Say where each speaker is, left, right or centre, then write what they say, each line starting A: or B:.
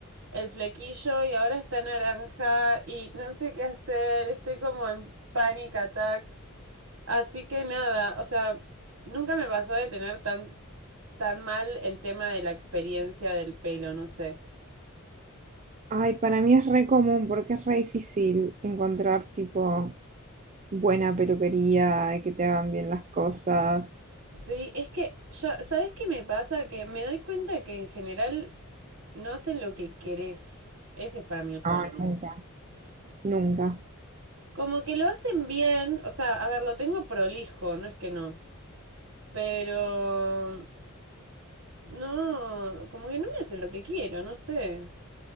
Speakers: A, on the right; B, on the right.
A: el flequillo y ahora está naranja y no sé qué hacer, estoy como en panic attack. Así que nada, o sea, nunca me pasó de tener tan, tan mal el tema de la experiencia del pelo, no sé.
B: Ay, para mí es re común porque es re difícil encontrar tipo buena peluquería y que te hagan bien las cosas.
A: Sí, es que yo, ¿sabes qué me pasa? Que me doy cuenta que en general no hacen lo que querés. Ese es para mí el problema.
B: No, nunca. Nunca.
A: Como que lo hacen bien, o sea, a ver, lo tengo prolijo, no es que no. Pero no, como que no me hacen lo que quiero, no sé.